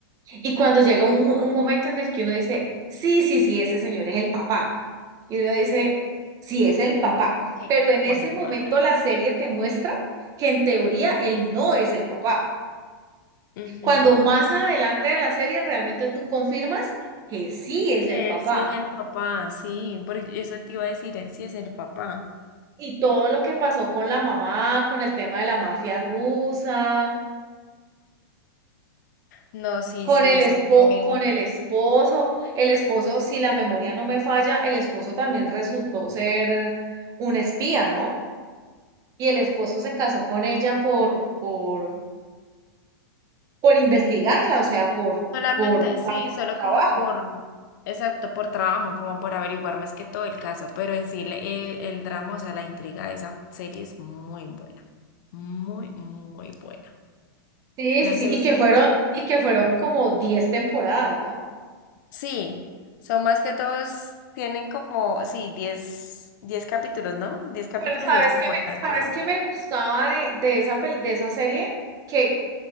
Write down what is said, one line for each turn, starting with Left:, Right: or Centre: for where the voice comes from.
Right: Y cuando llega un, mo- un momento en el que uno dice, sí, sí, sí, ese señor es el papá. Y uno dice, sí, es el
Left: Y
Right: papá,
Left: no como que,
Right: pero en
Left: bueno,
Right: ese momento
Left: madre.
Right: la serie te muestra que en teoría él no es el papá.
Left: Ujú.
Right: Cuando más adelante de la serie realmente tú confirmas que sí es
Left: Que
Right: el papá.
Left: él sí es el papá, sí, porque eso te iba a decir, él sí es el papá.
Right: Y todo lo que pasó con la mamá, con el tema de la mafia rusa,
Left: No, sí,
Right: con
Left: sí,
Right: el
Left: eso
Right: espo-
Left: fue.
Right: con el esposo, el esposo, si la memoria no me falla, el esposo también resultó ser un espía, ¿no? Y el esposo se casó con ella por, por, por investigarla, o sea, por,
Left: Solamente,
Right: por
Left: sí,
Right: parte
Left: solo
Right: de su trabajo.
Left: como por, exacto, por trabajo, como por averiguar más que todo el caso, pero en sí le- el, el drama, o sea, la intriga de esa serie es muy buena, muy, muy buena.
Right: Sí, sí,
Left: No
Right: sí,
Left: sé
Right: y que
Left: si,
Right: fueron, y que fueron como 10 temporadas, ¿no?
Left: sí, son más que todos, tienen como, sí, diez diez capítulos, ¿no? diez capítulos
Right: Pero sabes
Left: y dos temporadas,
Right: qué me, sabes
Left: creo.
Right: qué me gustaba de, de esa, pel- de esa serie, que